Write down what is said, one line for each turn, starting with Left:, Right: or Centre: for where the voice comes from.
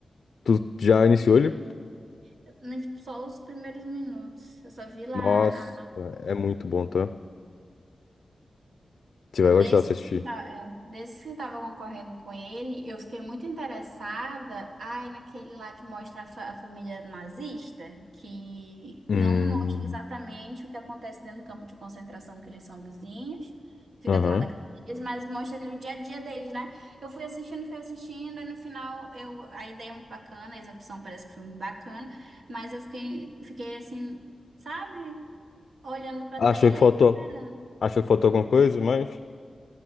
Left: Tu já iniciou ele?
Right: Eu, né, tipo, só os primeiros minutos. Eu só vi lá.
Left: Nossa, é muito bom, tá? Você vai
Right: Desses
Left: gostar de assistir.
Right: que tá, é, desses que tava concorrendo com ele, eu fiquei muito interessada, ai, naquele lá que mostra a, fa- a família nazista, que
Left: Hum.
Right: não mostra exatamente o que acontece dentro do campo de concentração, que eles são vizinhos, fica
Left: Aham.
Right: do lado da casa deles, mas mostra ali o dia a dia deles, né? Eu fui assistindo, fui assistindo, e no final eu, a ideia é muito bacana, a execução parece que foi muito bacana, mas eu fiquei, fiquei assim, sabe, olhando pra
Left: Achou
Right: tela
Left: que faltou.
Right: e esperando.
Left: Achou que faltou alguma coisa, mas.